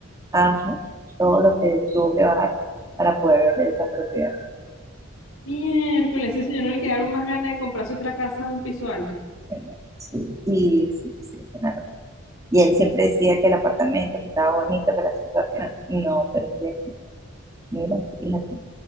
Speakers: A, on the right; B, on the left.
A: Ajá, todo lo que tuvo que bajar para poder vender esa propiedad.
B: Miércoles, a ese señor no le quedaron más ganas de comprarse otra casa a un piso alto.
A: Bueno, sí, y, sí, sí, es una locura. y él siempre decía que el apartamento que estaba bonito, que la sensación, no, pero es que, mira, fíjate.